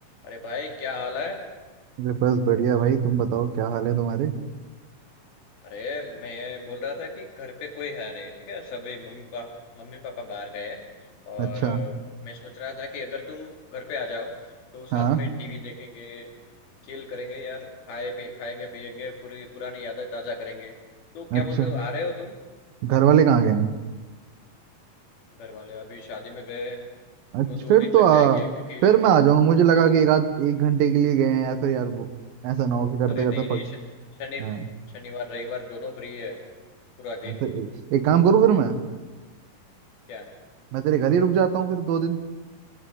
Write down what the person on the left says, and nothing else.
अरे भाई क्या हाल है
अरे मैं बोल रहा था कि घर पे कोई है नहीं ठीक है सभी मम्मी पापा मम्मी पापा बाहर गए हैं और
अ, मैं सोच रहा था कि अगर तुम घर पे आ जाओ तो
साथ में टीवी देखेंगे चिल करेंगे यार खाए पी खाएंगे पिएंगे पूरी पुरानी यादें ताजा करेंगे तो क्या
बोलते हो आ रहे हो तुम
घर वाले अभी शादी में गए हैं,
तो दो
दिन
लग
जाएंगे क्योंकि
हाँ
अरे
नहीं
नहीं श- शनि
शनिवार रविवार दोनों फ्री है पूरा
दिन
क्या